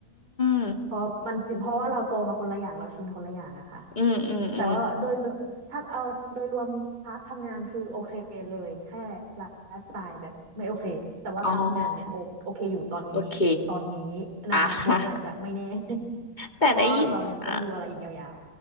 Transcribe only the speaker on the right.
เพราะมันจริงเพราะว่าเราโตมาคนละอย่างเราชินคนละอย่างอะค่ะ
แต่ว่าโดยรวมถ้าเอาโดยรวมพาร์ททำงานคือโอเคเลยแค่ไลฟ์สไตล์แบบไม่โอเคแต่ว่าพาร์ททำงานเนี่ยโอโอเคอยู่ตอนนี้ตอนนี้ในอนาคตอาจจะไม่แน่
<laughs>
เพราะว่าเรายังต้องดูอะไรอีกยาว